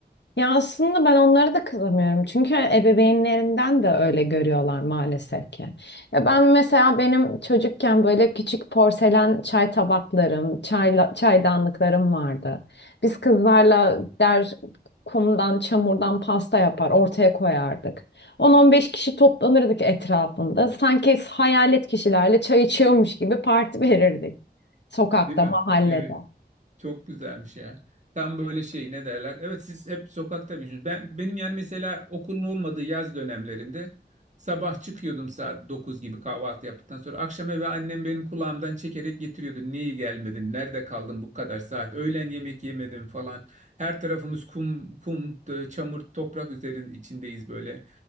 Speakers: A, on the left; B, on the right.
A: Ya aslında ben onlara da kızamıyorum. Çünkü ebeveynlerinden de öyle görüyorlar maalesef ki. Ya ben mesela benim çocukken böyle küçük porselen çay tabaklarım, çayla, çaydanlıklarım vardı. Biz kızlarla der kumdan, çamurdan pasta yapar, ortaya koyardık. 10-15 kişi toplanırdık etrafında. Sanki hayalet kişilerle çay içiyormuş gibi parti verirdik. Sokakta,
B: değil mi?
A: mahallede.
B: Evet. Çok güzelmiş ya. Tam böyle şey ne derler? Evet siz hep sokakta büyüdünüz. Ben benim yani mesela okulun olmadığı yaz dönemlerinde sabah çıkıyordum saat 9 gibi kahvaltı yaptıktan sonra akşam eve annem benim kulağımdan çekerek getiriyordu. Niye gelmedin? Nerede kaldın bu kadar saat? Öğlen yemek yemedim falan. Her tarafımız kum, kum, t- çamur, toprak üzerinin içindeyiz böyle.